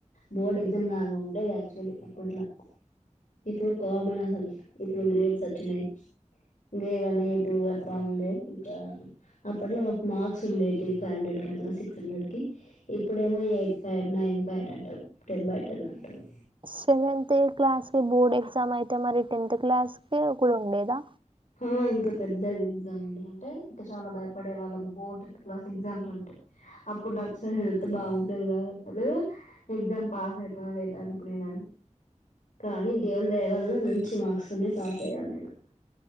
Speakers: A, on the left; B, on the right.
A: బోర్డ్ ఎగ్జామ్ లాగా ఉండేది యాక్చువల్లీ అప్పట్లా, ఇప్పుడు కామన్ అసలు ఇప్పుడు గ్రేడ్స్ వచ్చినయి ఏ వన్ ఏ టూ అట్లా ఉండే ఇంకా అప్పట్లో మాకు మార్క్స్ ఉండేటి ఫైవ్ హండ్రెడ్ కి అట్లా సిక్స్ హండ్రెడ్ కి, ఇప్పుడేమో ఎయిట్ పాయింట్ నైన్ పాయింట్ అట్ట టెన్ బై టెన్ అంటారు
B: సెవెంత్ ఎ క్లాస్ కి బోర్డ్ ఎగ్జామ్ అయితే మరి టెన్త్ క్లాస్ కి కూడా ఉండేదా
A: హ ఇంకా పెద్దది ఎగ్జామ్ ఉండే అంటే ఇక చాలా భయపడే వాళ్ళం బో టెన్త్ క్లాస్ ఎగ్జామ్స్ అంటే, అప్పుడు నాకు అసలు హెల్త్ బాగుంటేది కాదు అసలు ఎగ్జామ్ పాస్ అవుతునా లేదా అనుకునే దాన్ని, కానీ దేవుని దయ వలన మంచి మార్క్స్ ఉన్నాయి పాస్ అయ్యాను నేను